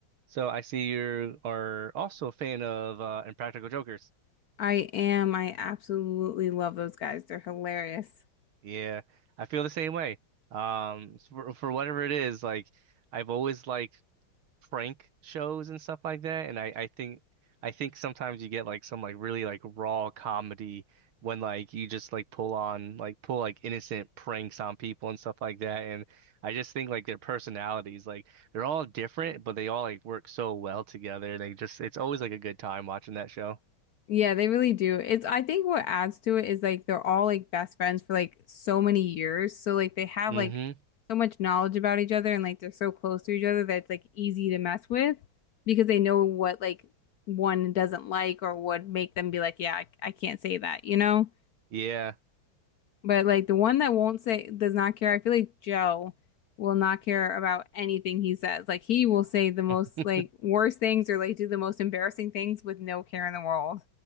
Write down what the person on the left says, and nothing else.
I am. I absolutely love those guys. They're hilarious.
Yeah, they really do. It's I think what adds to it is like they're all like best friends for like so many years. So like they have
like so much knowledge about each other and like they're so close to each other that it's like easy to mess with because they know what like one doesn't like or would make them be like, yeah, I, I can't say that, you know?
But like the one that won't say does not care, I feel like Joe will not care about anything he says. Like he will say the most
like worst things or like do the most embarrassing things with no care in the world.